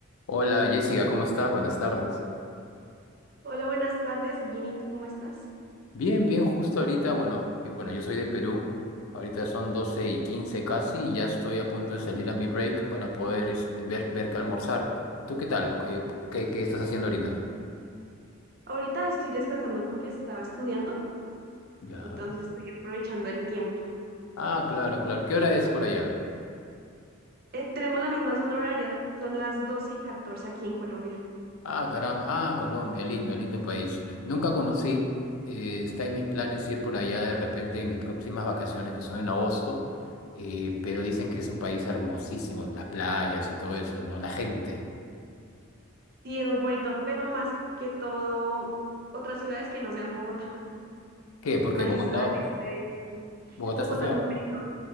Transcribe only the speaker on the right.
Hola, buenas tardes. Bien, ¿y tú cómo estás?
Ahorita estoy descansando porque estaba estudiando,
entonces estoy aprovechando el tiempo.
Eh, tenemos la misma zona horaria, son las 12 y 14 aquí en Colombia.
Sí, es muy bonito, pero más que todo, otras ciudades que no sean Bogotá, <laughs>
Manizales,
Medellín.
Bogotá
es muy peligroso.